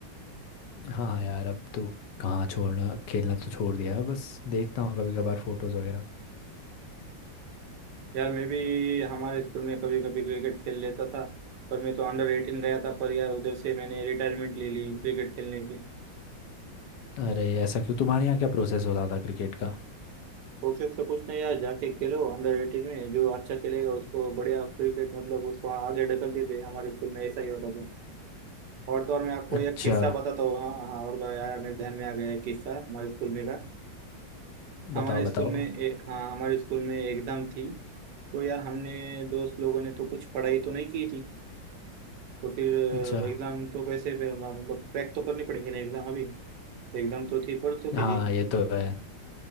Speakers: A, on the left; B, on the right.
A: हाँ यार अब तो कहाँ छोड़ना खेलना तो छोड़ दिया है बस देखता हूँ कभी कभार फोटोज वगैरह
B: यार मैं भी हमारे स्कूल में कभी कभी क्रिकेट खेल लेता था पर मैं तो अंडर एटीन गया था पर यार उधर से मैंने रिटायरमेंट ले ली क्रिकेट खेलने की
A: अरे ऐसा क्यों तुम्हारे यहाँ क्या प्रोसेस होता था क्रिकेट का
B: कोशिश तो कुछ नहीं यार जाके खेलो अंडर एटीन में जो अच्छा खेलेगा उसको बढ़िया क्रिकेट मतलब उसको आगे ढकल देते हैं। हमारे स्कूल में ऐसा ही होता था और तो और मैं आपको
A: अच्छा
B: एक किस्सा बताता हूँ हाँ हाँ हाँ, और तो यार मेरे ध्यान में आ गया एक किस्सा हमारे स्कूल में का हमारे
A: बताओ बताओ
B: स्कूल में ए, हाँ हमारे स्कूल में एग्जाम थी तो यार हमने दोस्त लोगों ने तो कुछ पढ़ाई तो नहीं की थी तो फिर
A: अच्छा
B: एग्जाम तो कैसे फिर मतलब क्रैक तो करनी पड़ेगी ना एग्जाम अभी एग्जाम तो थी परसों के
A: हाँ
B: दिन
A: ये तो है